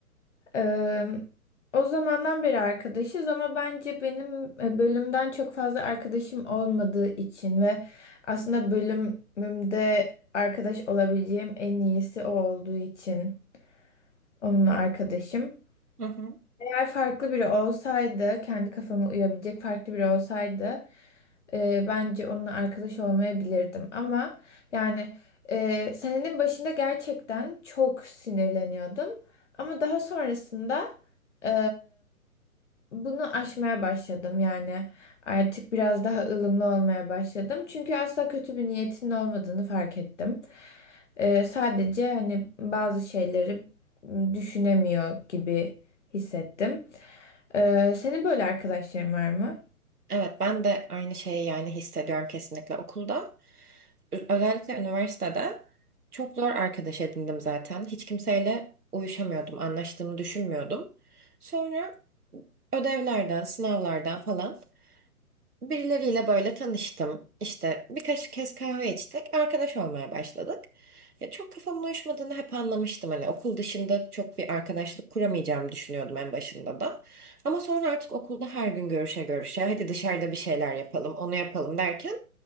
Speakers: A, on the left; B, on the right.
A: Ee, o zamandan beri arkadaşız ama bence benim e, bölümden çok fazla arkadaşım olmadığı için ve aslında bölümümde arkadaş olabileceğim en iyisi o olduğu için onunla arkadaşım.
B: Hı hı.
A: Eğer farklı biri olsaydı, kendi kafama uyabilecek farklı biri olsaydı e, bence onunla arkadaş olmayabilirdim. Ama yani e, senenin başında gerçekten çok sinirleniyordum. Ama daha sonrasında e, bunu aşmaya başladım yani artık biraz daha ılımlı olmaya başladım. Çünkü asla kötü bir niyetin olmadığını fark ettim. Ee, sadece hani bazı şeyleri düşünemiyor gibi hissettim. Ee, senin böyle arkadaşların var mı?
B: Evet, ben de aynı şeyi yani hissediyorum kesinlikle okulda. Ü- Özellikle üniversitede çok zor arkadaş edindim zaten. Hiç kimseyle uyuşamıyordum, anlaştığımı düşünmüyordum. Sonra ödevlerden, sınavlardan falan Birileriyle böyle tanıştım. İşte birkaç kez kahve içtik. Arkadaş olmaya başladık. Ya çok kafamın uyuşmadığını hep anlamıştım. Hani okul dışında çok bir arkadaşlık kuramayacağımı düşünüyordum en başında da. Ama sonra artık okulda her gün görüşe görüşe hadi dışarıda bir şeyler yapalım, onu yapalım derken